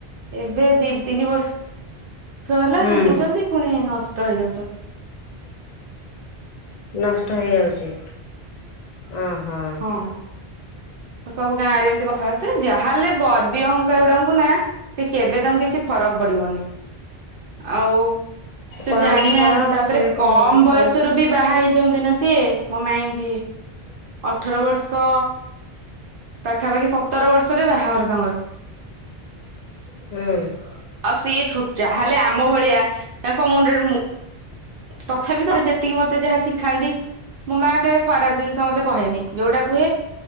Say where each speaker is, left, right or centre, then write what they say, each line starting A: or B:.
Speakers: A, on the right; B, on the left.
A: ଏବେ ଦି ତିନି ବର୍ଷ ର୍ଷ ହେଲା
B: ହୁଁ।
A: <inaudible> ଛନ୍ତି ପୁଣି ନଷ୍ଟ ହେଇଯାଉଛନ୍ତି।
B: ନଷ୍ଟ ହେଇଯାଉଛି। ଉଁ ହୁଁ
A: ହଁ ସବୁ ଗାଁରେ ଏମତି କଥା ବାର୍ତ୍ତା ଯାହା ହେଲେ ଗର୍ବୀ ଅହଙ୍କାର ଉଡାଙ୍କୁ ନାଁ ସେ କେବେ ତାଙ୍କୁ କିଛି ଫରକ ପଡିବନି। ଆଉ
B: କର୍ମ
A: ଜାଣିନାହାନ୍ତି
B: ଫଳ
A: ତାପରେ
B: ସେ କଣ
A: କମ
B: କଉ
A: ବୟସରୁ ବି ବାହା ହେଇଚନ୍ତି ନା ସିଏ ମୋ ମାଇଁ ଯିଏ।
B: ହ
A: ଅଠର ବର୍ଷ ପାଖାପାଖି ସତର ବର୍ଷରେ ବାହାଘର ତାଙ୍କର।
B: ହୁଁ
A: ଆଉ ସିଏ ଛୋଟ ଯାହା ହେଲେ ଆମ ଭଳିଆ ତାଙ୍କ ମୁଣ୍ଡରେ ମୁଁ ତଥାପି ତ ଯେତିକି ମତେ ଯାହା ଶିଖାନ୍ତି ମୋ ମାଆ କେବେ ଖରାପ ଜିନିଷ ମତେ କହେନି ଯୋଉଟା କୁହେ